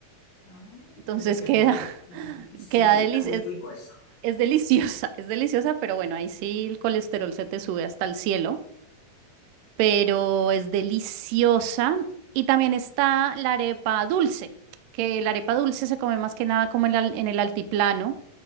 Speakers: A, on the left (about 75°); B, on the right (about 85°).
A: Ay,
B: Entonces
A: pero qué
B: queda,
A: rico.
B: <laughs>
A: Sí,
B: queda
A: <laughs>
B: deli-
A: está muy
B: es,
A: rico eso.
B: es deliciosa, es deliciosa, pero bueno, ahí sí el colesterol se te sube hasta el cielo, pero es deliciosa. Y también está la arepa dulce, que la arepa dulce se come más que nada como en la- en el altiplano.